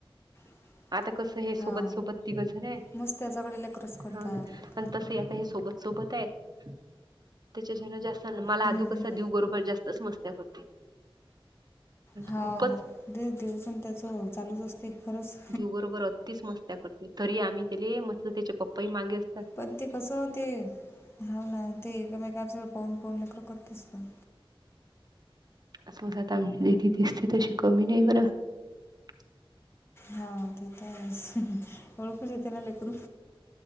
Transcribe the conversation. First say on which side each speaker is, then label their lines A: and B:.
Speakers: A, on the left; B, on the right.
A: हो
B: आता कसं हे सोबत
A: आता
B: सोबत तिघझण आहे
A: हे मस्त त्याच्याकडे लेकरच करतात
B: हा ना आणि तस सोबत सोबत आहेत त्याच्याच्यान जास्त मला
A: हम्म,
B: आधू कसा
A: हम्म.
B: देऊ बरोबर जास्त तसं मस्त्या करते.
A: हा
B: खूपच
A: दे दिवसण त्याच चालूच असते खरंच.
B: दिव बरोबर अत्तीच मस्त्या करते तरी आम्ही तेले म्हटलं त्याचे पप्पाही मागे अस
A: पण ते कस होते हाव ना ते का कुणाचं पाहून पाहून <inaudible> करतीस का
B: अज आता आम दि तसते तशी कमी नाही बरं <unintelligible>
A: हो ते तर आहेच गळप जेते ना लेकरू